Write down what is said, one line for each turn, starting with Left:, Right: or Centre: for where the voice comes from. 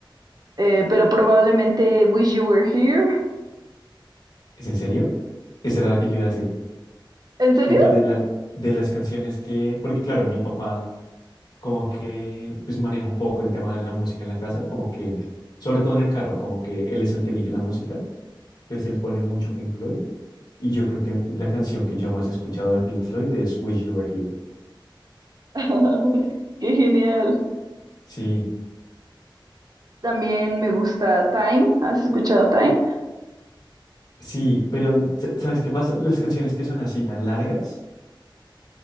Right: Eh, pero probablemente Wish You Were Here.
Left: ¿Es en serio? Esa era la que yo iba a decir.
Right: ¿En serio?
Left: Tipo de la, de las canciones que, porque claro, mi papá como que pues maneja un poco el tema de la música en la casa, como que, sobre todo en el carro, como que él es el que elige la música, entonces él pone mucho Pink Floyd. Y yo creo que la canción que yo más he escuchado de Pink Floyd es Wish You Were Here.
Right: <laughs> Qué genial.
Left: Sí,
Right: También me gusta Time. ¿Has escuchado Time?
Left: sí, pero sa- ¿sabes qué pasa? Las canciones que son así tan largas